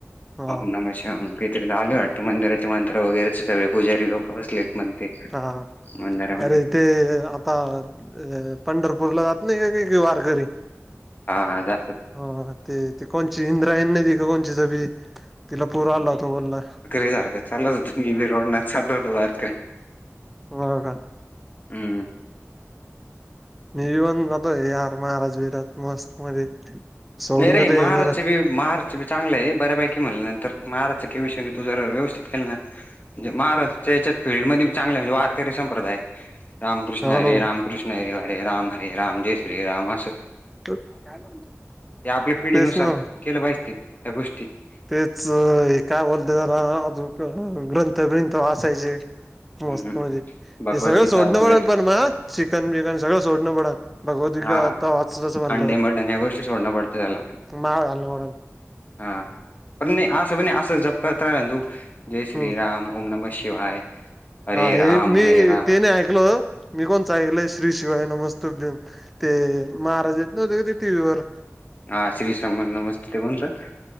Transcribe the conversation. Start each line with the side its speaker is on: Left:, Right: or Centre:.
Centre: हा
Left: हो नमन आले वाटतें मंदिराचे मंत्र वगैरेचे सगळे पुजारी लोक बसले म्हणते
Centre: हा
Left: मंदिरामध्ये
Centre: अरे ते आता अ पंढरपूर ला जात नाही का वारकरी
Left: हा हा ज
Centre: हा ते कोणची इंद्रायणीच्या नाही दि का कोणची ज बी तिला पूर आला होता बोलला
Left: े सारखं चालत होत मी ब रोड चाल होतार
Centre: हो का
Left: हम्म
Centre: मी पण जतो आहे यार महाराज बराज मस्त मध्ये सोडून
Left: नाहीरे
Centre: देतो हे
Left: महारच
Centre: बर
Left: बी महारांची चांगलं आहे बऱ्यापैकी म्हलं नंतर महाराचा काही विषयने तू ज व्यवस्थित केला ना म्हणजे महाराज्रच्या याच्यात फीलल्डमध्येध्ये चांगले म्हणजे वारकरी संप्रदाय रामकृष्ण हरे
Centre: हो ना मग
Left: रामकृष्ण री हरे राम हर राम जय श्री राम हस
Centre: <inaudible>
Left: त्या आपल्या पिढीनुसार
Centre: तेच ना
Left: केलं पाहिजते त्या गोष्टीत
Centre: तेच काय बोलते जला अजून ग्रंथ बिथ असायचे
Left: हम्म
Centre: मस्त
Left: हम्म,
Centre: म्हणे
Left: हम्म. भगवद्गीता
Centre: हे सगळं सोडणं
Left: वगैरे
Centre: पडल पण म चिकन बिकन सगळं सोडणं पडात भगवती
Left: हा
Centre: काताच असं म्हणल्यावर
Left: अंडे मटण ह्या गोष्टी सोडणं पडतं त्याला
Centre: माव घाल म्हडून
Left: हा पण नाही असं ब असं जप करत रा तू जय श्री
Centre: हम्म
Left: राम ओम नमस्कार शिवाय हरे
Centre: हा हे
Left: राम
Centre: मी
Left: हरे राम
Centre: ते नाही ऐकलो मी कोणचं ऐकलय श्री शिवाय नमस्ते त ते महाराज येत नव्हते क ते टी व्हीवरर
Left: हा श्रीसम नमस्ते ते बोलणत